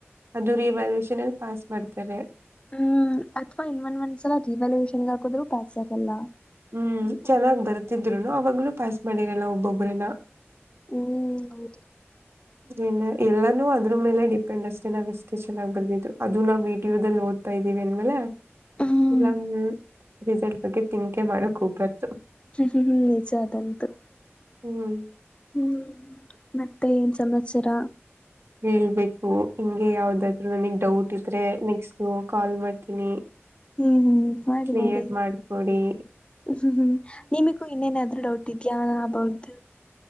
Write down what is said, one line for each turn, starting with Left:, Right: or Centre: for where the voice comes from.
Right: ಅದು ರೀ ವ್ಯಾಲ್ಯೂಯೇಷನ್ ಅಲ್ಲಿ ಪಾಸ್ ಮಾಡ್ತಾರೆ
Left: ಹು ಅಥವಾ ಇನ್ ಒಂದ್ ಒಂದ್ಸಲ ರೀ ವ್ಯಾಲ್ಯೂಯೇಷನ್ ಗೆ ಹಾಕುದ್ರು ಪಾಸ್ ಆಗಲ್ಲ
Right: ಹು ಚೆನ್ನಾಗ್ ಬರ್ತಿದ್ರುನು ಅವಾಗಲೂ ಪಾಸ್ ಮಾಡಿರಲ್ಲ ಒಬ್ಬೊಬ್ಬರಾನ
Left: ಹು ಹೌದು
Right: ಏನ್ ಎಲ್ಲಾನೂ ಅದ್ರ ಮೇಲೆ ಡಿಪೆಂಡ್ ಅಷ್ಟೇ ನಾವ್ ಎಷ್ಟೇ ಚೆನ್ನಾಗಿ ಬರ್ದಿದ್ರು ಅದು ನಾವ್ ವಿ ಟಿ ಯುದಲ್ಲಿ ನೋಡಾತಾ ಇದೀ ಇನ್ನಮೇಲೆ
Left: ಹ್ಮ್
Right: ಇಲ್ಲ ರಿಸಲ್ಟ್ ಬಗ್ಗೆ ಥಿಂಕ್ ಮಾಡೋಕೆ ಹೋಗಬಾರ್ದು
Left: ಹ್ಮ್ ನಿಜ ಅದಂತೂ
Right: ಹ್ಮ್
Left: ಹ್ಮ್ ಮತ್ತೆ ಏನ್ ಸಮಾಚಾರ
Right: ಹೇಳ್ಬೇಕು ಹಿಂಗೆ ಯಾವ್ದಾದ್ರು ನನಿಗೆ ಡೌಟ್ ಇದ್ರೆ ನೆಕ್ಸ್ಟ್ ಕಾಲ್ ಮಾಡ್ತೀನಿ
Left: ಹು ಹು ಮಾಡಿ
Right: ಕ್ಲಿಯರ್
Left: ಮಾಡಿ
Right: ಮಾಡ್ಕೊಡಿ
Left: ಹ್ಮ್ ಹ್ಮ್ ನಿಮಗೂ ಇನ್ನೇನಾದ್ರೂ ಡೌಟ್ ಇದ್ದೀಯ ಅಬೌಟ್